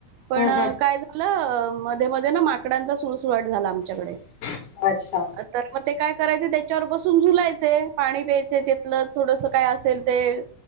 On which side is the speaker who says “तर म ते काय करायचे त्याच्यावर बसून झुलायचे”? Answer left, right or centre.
Right